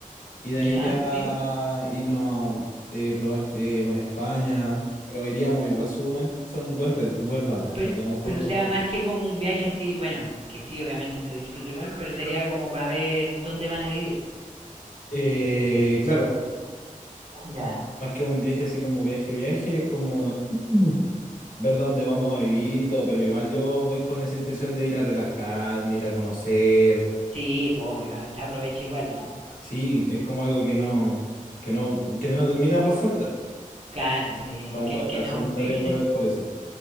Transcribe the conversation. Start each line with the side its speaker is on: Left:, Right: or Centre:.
Left: Y
Right: Ya,
Left: de ahí ya
Right: sí.
Left: irnos eh, probar eh, con España. Pero iríamos igual su buen, fue un buen, re- buen rato.
Right: Pero,
Left: Nos quedamos por,
Right: pero o
Left: por
Right: sea
Left: aquí.
Right: más que como un viaje así, bueno, que sí, obviamente se disfruta igual, pero sería como para ver dónde van a vivir.
Left: Eh, claro,
Right: Ya.
Left: más que un viaje así como viaje, viaje, es como <clears throat> ver dónde vamos a vivir y todo. Pero igual yo voy con esa intención de ir a relajarme, ir a conocer.
Right: Sí, pues obvio, se aprovecha igual eso.
Left: Sí, es como algo que no, que no, que no termina por faltar.
Right: Claro, sí.
Left: No Lo vamos
Right: Que,
Left: a dejar
Right: que, no,
Left: secundario
Right: <laughs>
Left: por, por eso.